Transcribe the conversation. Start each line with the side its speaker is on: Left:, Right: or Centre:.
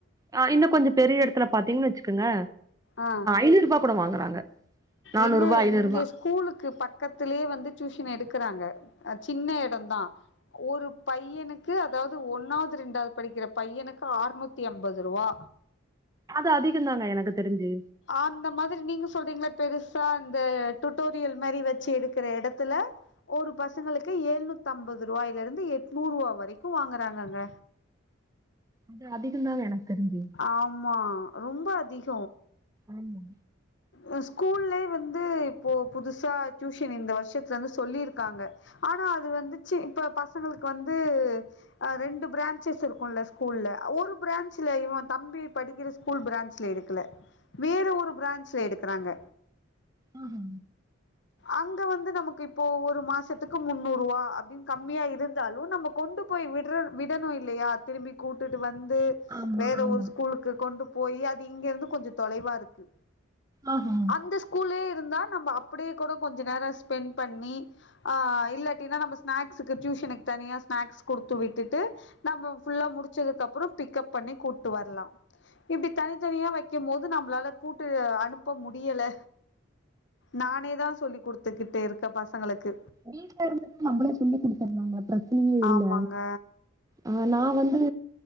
Right: ஆ இன்னு கொஞ்சம் பெரிய எடத்துல பாத்தீங்கன் வெச்சுக்கோங்க
Left: ஆ
Right: ஐநூறு ரூபா கூட வாங்குறாங்க நானூரூபா
Left: ஏங்க
Right: ஐநூரூபா
Left: இங்க ஸ்கூலுக்கு பக்கத்துலே வந்து டியூஷன் எடுக்குறாங்க அ சின்ன எடம் தா ஒரு பையனுக்கு அதாவது ஒன்னாவது ரெண்டாவது படிக்கிற பையனுக்கு ஆற்நூத்தி அம்பது ரூபா
Right: அது அதிகதாங்க எனக்கு தெரிஞ்சு
Left: ஆந்த மாதிரி நீங்க சொல்றீங்கள பெருசா அந்த டூட்டோரியல் மாரி வச்சு எடுக்குற எடத்துல ஒரு பசங்களுக்கு எழுநூத்தம்பது ருவாயிலருந்து எட்நூருவா வரைக்கும் வாங்குறாங்கங்க
Right: இது அதிகந்தாங்க எனக்கு தெரிஞ்சு
Left: ஆமா ரொம்ப அதிக
Right: ஆமா
Left: ம் ஸ்கூல்லே வந்து இப்போ புதுசா ட்யூஷன் இந்த வருஷத்துலருந்து சொல்லிருக்காங்க ஆனா அது வந்து சீ இப்ப பசங்களுக்கு வந்து அ ரெண்டு ப்ராஞ்சஸ் இருக்குல்ல ஸ்கூல்ல ஒரு ப்ராஞ்ச் ல இவன் தம்பி படிக்கிற ஸ்கூல் ப்ராஞ்ச்ல எடுக்கல வேற ஒரு ப்ராஞ்ச்ல எடுக்குறாங்க
Right: ஆஹா
Left: அங்க வந்து நமக்கு இப் இப்போ ஒரு மாசத்துக்கு முன்னூருவா அப்டின் கம்மியா இருந்தாலு நம்ம கொண்டு போய் விட்ற விடணு இல்லையா திரும்பி கூட்டுட்டு வந்து
Right: ஆமா
Left: வேற
Right: ஆமா
Left: ஒரு ஸ்கூலுக்கு கொண்டு போயி அது இங்கருந்து கொஞ்சோ தொலைவாருக்கு
Right: ஆஹா
Left: அந்த ஸ் கூலே இருந்தா நம்ப அப்பிடியே கூட கொஞ்ச நேரோ ஸ்பெண்ட் பண்ணி ஆ இல்லாட்டினா நம்ப ஸ்நாக்ஸுக்கு ட்யூஷனுக்கு தனியா ஸ்நாக்ஸ் குடுத்து விட்டுட்டு நம்ப ஃபுல்லா முடிச்சதுக்கப்பறம் பிக்கப் பண்ணி கூட்டு வர்லா இப்டி தனித்தனியா வக்கிம்போது நம்பளால கூட்டு அனுப்ப முடியல நானேதா சொல்லி் குடுத்துக்கிட்டு இருக்க பசங்களுக்கு
Right: வீட்லருந்துட்டு நம்பளே சொல்லி் குடுத்துரலாம்ல பிரச்சனையேல்ல
Left: ஆமாங்க.
Right: அ நா வந்து